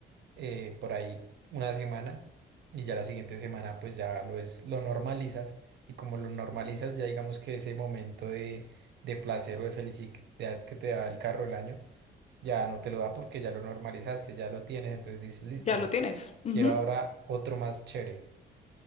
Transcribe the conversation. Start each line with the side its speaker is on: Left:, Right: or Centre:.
Right: eh, por ahí una semana y ya la siguiente semana pues ya lo es, lo normalizas y como lo normalizas ya digamos que ese momento de, de placer o de felicidad que te da el carro del año ya no te lo da porque ya lo normalizaste, ya lo tienes, entonces dices, listo,
Left: Ya lo tienes. Ujú.
Right: quiero ahora otro más chévere.